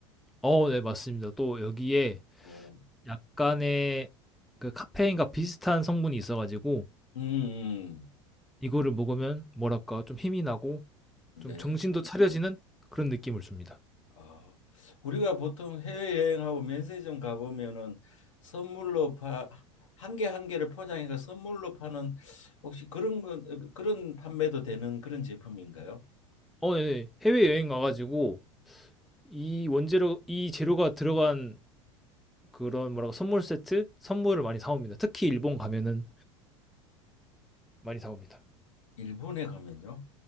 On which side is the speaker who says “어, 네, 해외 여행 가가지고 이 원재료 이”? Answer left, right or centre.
Centre